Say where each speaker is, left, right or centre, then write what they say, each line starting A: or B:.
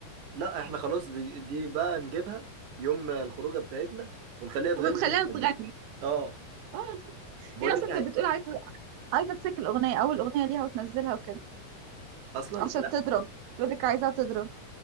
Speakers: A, on the right (about 70°); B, on the right (about 85°).
A: لا احنا خلاص دي, دي بقى نجيبها يوم الخروجه بتاعتنا ونخليها تغني
B: ومنخليها
A: ونضحك
B: تغني
A: بقى اه
B: آه،
A: بقول
B: هي اصلا
A: لك إيه،
B: كانت
A: هي-
B: بتقول عايزة عايزة تسجل اغنية اول اغنية ليها وتنزلها وكده
A: اصلا
B: عشان
A: لا
B: تضرب تقول لك عايزاها تضرب